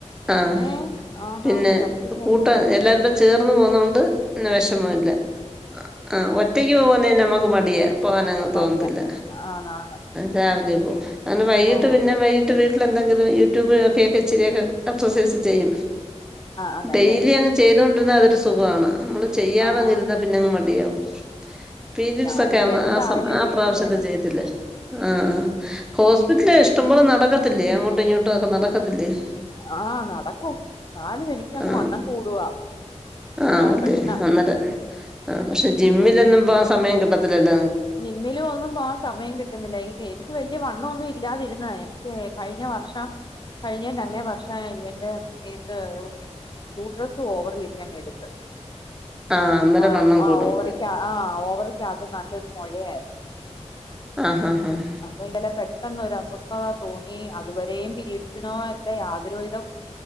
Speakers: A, in the centre; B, on the left.
A: ആഹ്
B: ഏഹ് ആന്നാന്ന്
A: പിന്നെ
B: പട്ടി ശല്യം
A: കൂട്ടം
B: ഉണ്ട്
A: എല്ലാരുടെ- ചേർന്ന് പോന്നോണ്ട് ന്നെ വെഷമ ഇല്ല ആഹ് ഒറ്റയ്ക്ക് പോകാന്നെ നമുക്ക് മടിയ പോകാനങ്ങ്
B: മതിയാ
A: തോന്നത്തില്ല
B: ആണാണ്
A: രാവിലെ പോകും കാരണം വൈകിട്ട്
B: ആഹ്
A: പിന്നെ വൈകി - ട്ട് വീട്ടിലെന്തെങ്കിലും യൂട്യൂബ് നോക്കിയൊക്കെ ഇച്ചിരിയൊക്കെ എക്സസൈസ് ചെയ്യും
B: ആഹ് ആണല്ലേ
A: ഡെയിലി അങ്ങ് ചെയ്തോണ്ടിരുന്ന അതൊരു സുഖവാണ് നമ്മള് ചെയ്യാതങ്ങ്
B: ആഹ് ആഹ്
A: ഇരുന്നാ പിന്നെ അങ്ങ് മടിയാവും പീരിയഡ്സ്
B: ഞാനിനി
A: ഒക്കെ ആവുന്ന
B: എന്തായാലും
A: ആ സമ
B: ഇനിയിപ്പ
A: ആ പ്രാവശ്യത്തെ
B: ചെയ്യണം
A: ചെയ്യത്തില്ലേ ആഹ് ആഹ് ഹോസ് - ഇഷ്ട്ടം പോലെ നടക്കത്തില്ലേ അങ്ങോട്ടും ഇങ്ങോട്ടും ഒക്കെ നടക്കത്തില്ലേ
B: ആഹ് നടക്കും ന്നാലും എനിക്കങ്ങ്
A: ആ
B: വണ്ണം കൂടുവാ അതാ
A: ആണല്ലേ
B: പ്രശ്നം
A: അന്നേര ആഹ് പക്ഷെ ജിമ്മിലൊന്നും പോകാൻ സമയം കിട്ടത്തില്ലല്ലോ
B: ജിമ്മിലും ഒന്നും പോവാൻ സമയം കിട്ടുന്നില്ല എനിക്കേ എനിക്ക് വല്യ വണ്ണമൊന്നും ഇല്ലാതിരുന്നത എനിക്കേ കഴിഞ്ഞ വ- ർഷം കഴിഞ്ഞേന്റെ അങ്ങേ വർഷം എന്റെ ഇത് യൂഡ്രസ്സ് ഓവറി യൊക്കെ അങ്ങ് എടു - ത്ത്
A: ആഹ് അന്നേരം
B: ആഹ്
A: വണ്ണം
B: ആഹ്
A: കൂടും.
B: ഓവറിക്ക ആഹ് ഓവറിക്കകത്ത് നല്ലൊരു മൊ ഴയായിരുന്ന്
A: ആഹ് ആഹ് ആഹ്
B: അപ്പൊ ഇന്നലെ പെട്ടെന്ന് ഒരു അസ്വസ്ഥത തോന്നി അതുവരെയും പീരീഡ്സിനോ അല്ല യാതൊരുവിധ